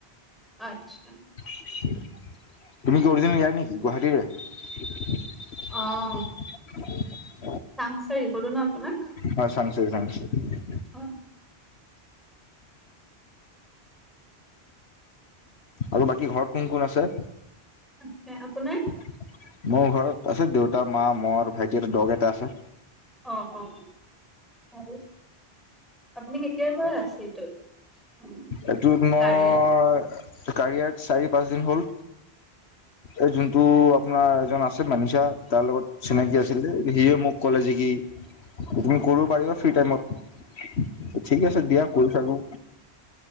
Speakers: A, in the centre; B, on the left (about 75°).
A: আচ্ছা।
B: <inaudible> তুমি কি অৰিজিনেল ইয়াৰ নেকি গুৱাহাটীৰে।
A: অ।
B: <inaudible>
A: চাংচাৰী কলো ন আপোনাক।
B: হয় চাংচাৰি চাংচাৰি।
A: হয়।
B: আৰু বাকী ঘৰত কোন কোন আছে?
A: আছে। আপোনাৰ?
B: <inaudible> মোৰ ঘৰত আছে দেউতা মা মৰ ভাইটি আৰু দগ এটা আছে।
A: অ অ ভালেই। আপুনি কেতিয়াৰ পৰা আছে এইটোত। মানে
B: এইটোত মই-
A: কাৰিয়াৰ?
B: কাৰিয়াত চাৰি পাঁচদিন হ'ল, এই যোনটো আপোনাৰ এজন আছে মানিচা তাৰ লগত চিনাকি আছিলে, সিয়ে মোক ক'লে যে কি তুমি কৰিব পাৰিবা ফ্ৰী টাইমত। ঠিক আছে দিয়া কৰি থাকো।